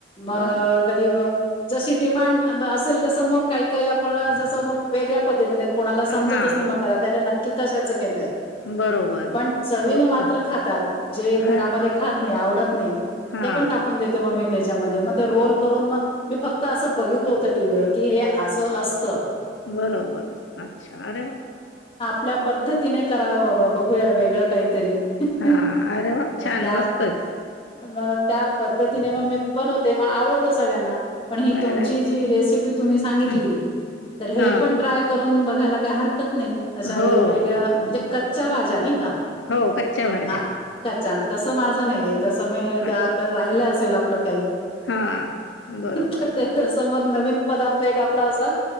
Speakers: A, on the left; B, on the left.
A: मग
B: बरं
A: कधी मग जशी डिमांड असेल तसं मग काही काही आपल्याला जसं मग वेगळ्या पद्धतीने कोणाला समजतच
B: हां
A: नाही मग घरा त्याक कि कशाचं केलंय
B: बरोबर.
A: पण चवीने
B: उत्तम.
A: मात्र खातात जे घरामध्ये
B: अरे
A: खात नाही आव डत नाही
B: हां.
A: ते पण टाकून देते मग मी त्याच्यामधे मग ते
B: हां.
A: रोल करून मग मी फक्त असं बघितलं होतं टीव्हीवर की हे असं असतं
B: बरोबर अच्छा अरे वा!
A: कुठल्या पद्धतीने करावं बाबा बघूया वेगळं काहीतरी
B: हा
A: मग
B: अरे वा छान
A: त्या
B: मस्तच
A: मग त्या पद्धतीने मग मी बनवते मग आवडतं सगळ्यांना पण ही तुमची
B: अरे
A: जी रेसिपी तुमी सांगितली
B: हं.
A: तर हे
B: हां.
A: पण ट्राय करून बघ ह्याला का हर कत नाही अशा
B: हो.
A: वेगवेगळ्या
B: अ,
A: म्हणजे कत च्या भाज्या नाही का
B: हो, कच्च्या भाज्या.
A: आ कच्च्या तसं माझं नाहीये जस मी जा
B: अच्छा.
A: आपल राहिल असेल अप पलं काही
B: हां. बरोबर.
A: तर ते तस मग नवीन पदार्थ एक आपला असा